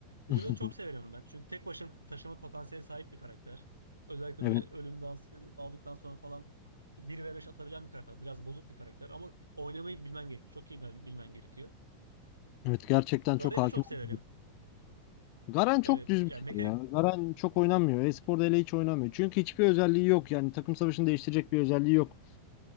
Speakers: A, on the left; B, on the right.
A: <laughs>
B: Driven'ı çok severim ben. Çünkü tek başına taşıma potansiyeli sahip bir karakter. Özellikle
A: Evet.
B: böyle ölüm dansı aldıktan sonra falan bir ve beş atabilen bir karakter. Biraz bozuk bir karakter ama oynamayı bilmen gerekiyor. Çok iyi bilmen bilmen gerekiyor.
A: Evet gerçekten
B: Garen'i
A: çok hakim.
B: çok severim.
A: olmadı. Garen çok
B: Evet
A: düz bir
B: yani
A: şey
B: mekanik
A: ya. Garen çok oynanmıyor. E-sporda hele hiç oynanmıyor. Çünkü hiçbir özelliği yok. Yani takım savaşını değiştirecek bir özelliği yok.